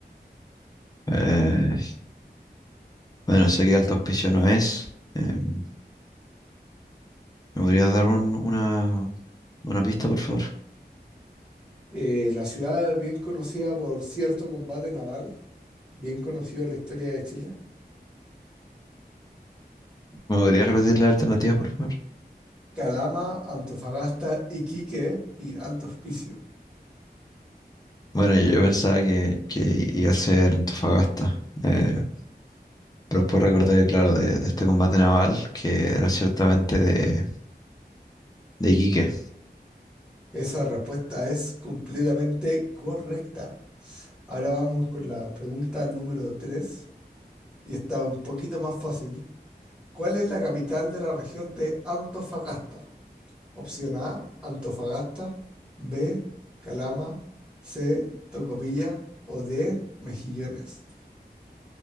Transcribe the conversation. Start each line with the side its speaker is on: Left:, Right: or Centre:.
Left: Eh, bueno, sé que Alto Hospicio no es. Eh, ¿me podrías dar un- una, una pista, por favor?
Centre: Eh, la ciudad es bien conocida por cierto combate naval, bien conocido en la historia de Chile.
Left: ¿Me podrías repetir la alternativa, por favor?
Centre: Calama, Antofagasta, Iquique y Alto Hospicio.
Left: Bueno, yo pensaba que, que iba a ser Antofagasta, eh, pero después recordé, claro, de, de este combate naval que era ciertamente de, de Iquique.
Centre: Esa respuesta es completamente correcta. Ahora vamos con la pregunta número 3. Y está un poquito más fácil. ¿Cuál es la capital de la región de Antofagasta? Opción A, Antofagasta. B, Calama. C, Tocopilla. O D, Mejillones.